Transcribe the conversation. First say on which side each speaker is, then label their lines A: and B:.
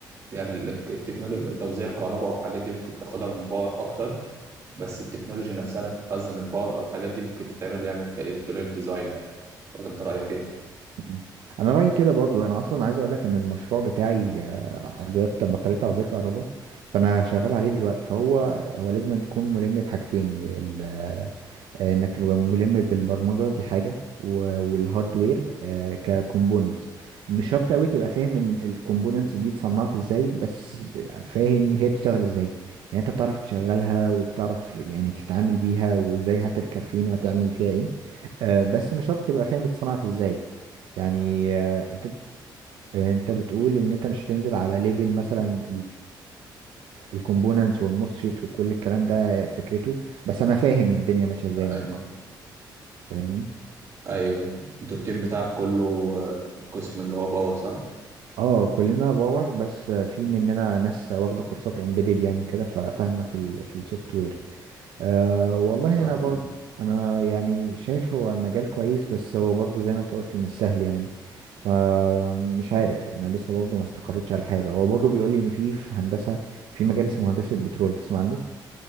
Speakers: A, on the right; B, on the right.
A: يعني ال- التكنولوجيا توزيع الكهرباء والحاجات دي ممكن تاخدها من باور اكتر بس التكنولوجيا نفسها اللي تخزن الباور او الحاجات دي ممكن تتعمل يعني كالكترونيك ديزاين عادي ولا انت رايك ايه؟
B: مم. انا رايي كده برضو انا اصلا عايز اقول لك ان المشروع بتاعي آه، عربيات بطاريه عربيه كهرباء فانا شغال عليه دلوقتي فهو هو لازم أن تكون ملم بحاجتين ال- آه، انك تبقى ملم بالبرمجه دي حاجه و- والهاردوير ككومبوننتس مش شرط قوي تبقى فاهم ان الكومبوننتس دي اتصنعت ازاي بس ب- فاهم هي بتشتغل ازاي يعني انت بتعرف تشغلها وبتعرف يعني تتعامل بيها وازاي هتركب فين وهتعمل فيها ايه آه، بس مش شرط تبقى فاهم اتصنعت ازاي يعني آه، انت انت بتقول ان انت مش هتنزل على ليفل مثلا الكومبوننتس والموسفيت وكل الكلام ده آه، فكرته بس انا فاهم الدنيا ماشيه ازاي من
A: ايوه
B: بره فاهمني
A: ايوه انتوا التيم بتاعك كله آه، قسم اللي هو باور صح؟
B: اه كلنا باور بس في مننا ناس واخده كورسات امبيدد يعني وكده ففاهمه في ال في السوفت وير أه والله
A: اه
B: انا
A: تمام
B: برضه انا يعني شايف هو مجال كويس بس هو برضه زي ما انت قلت مش سهل يعني فمش عارف يعني، انا لسه برضه ما استقريتش على حاجه هو برضه بيقول لي ان في في هندسه في مجال اسمه هندسه بترول تسمع عنه